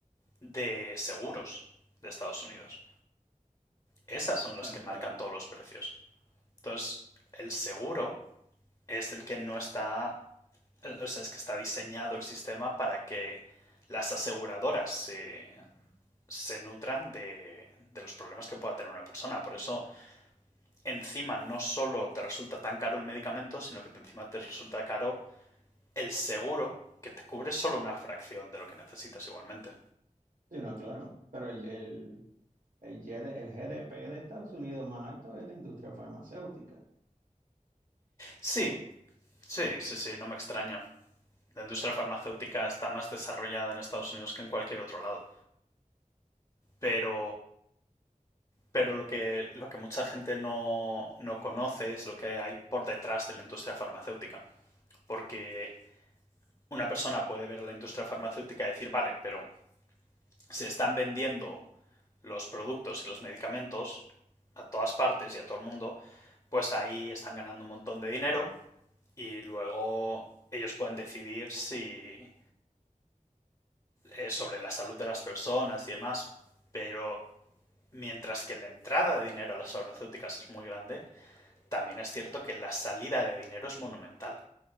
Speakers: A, on the left (about 30°); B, on the right (about 80°).
A: de seguros de Estados Unidos. Esas son las
B: Ah,
A: que
B: claro.
A: marcan todos los precios. Entonces, el seguro es el que no está O sea, es que está diseñado el sistema para que las aseguradoras se, se nutran de, de los problemas que pueda tener una persona. Por eso, encima no solo te resulta tan caro el medicamento, sino que encima te resulta caro el seguro, que te cubre solo una fracción de lo que necesitas igualmente.
B: Sí, no, claro. Pero el, el, El, GD el GDP de Estados Unidos más alto es la industria farmacéutica.
A: Sí,
B: Por-
A: sí, sí, sí, no me extraña. La industria farmacéutica está más desarrollada en Estados Unidos que en cualquier otro lado. Pero Pero lo que, lo que mucha gente no, no conoce es lo que hay por detrás de la industria farmacéutica. Porque una persona puede ver a la industria farmacéutica y decir, vale, pero se están vendiendo los productos y los medicamentos a todas partes y a todo el mundo, pues ahí están ganando un montón de dinero y luego ellos pueden decidir si eh, sobre la salud de las personas y demás, pero mientras que la entrada de dinero a las farmacéuticas es muy grande, también es cierto que la salida de dinero es monumental.